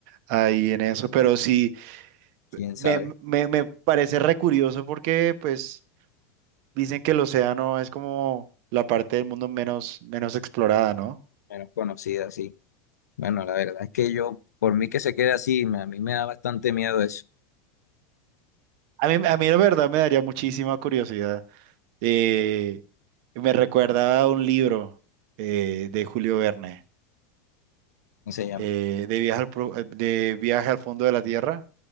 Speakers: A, on the right; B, on the left.
A: ahí en eso? Pero sí,
B: ¿Quién
A: me,
B: sabe?
A: me, me parece re curioso porque, pues. Dicen que el océano es como la parte del mundo menos, menos explorada, ¿no?
B: Menos conocida, sí. Bueno, la verdad es que yo, por mí que se quede así, me- a mí me da bastante miedo eso.
A: A mí, a mí la verdad me daría muchísima curiosidad. Eh, me recuerda a un libro eh, de Julio Verne,
B: cómo se llama.
A: eh, de viaje al, pro- eh, de viaje al fondo de la Tierra,